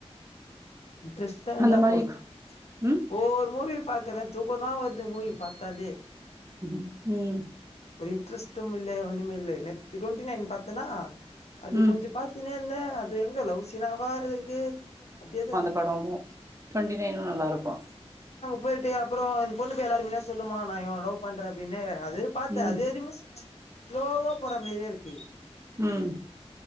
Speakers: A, on the left; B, on the right.
A: இன்ட்ரெஸ்ட் தான் இருந்தா
B: அந்த மாரி
A: போதும்
B: ம்
A: ஓ ஒரு மூவி பார்க்றேன் தூக்க தான் வர்து மூவி பாத்தாலே
B: ம்ம்
A: ஒரு இன்டரெஸ்ட்டும் இல்ல ஒன்னுமே இல்லநேத்து டுவண்ட்டி நைன் பார்த்தேன்னா அது
B: ம்
A: கொஞ்சம் பார்த்தினே இல்ல அது எங்க லவ் சினாவா இருக்கு அப்படியே தான் இருக்கு
B: படமும் நல்லயிருக்கும் டுவண்டி நையனும் நல்லாயிருக்கும்
A: போயிடு அப்புறம் அந்த பொண்ணு எல்லாரு மே சொல்லுமா நான்இவனே லவ் பண்றேன் அபிடினு அதுரி பார்த்தேன்
B: ம்
A: அதேறிமே மிச் சுலோவா போற மாதிரியே இருக்கு
B: உம்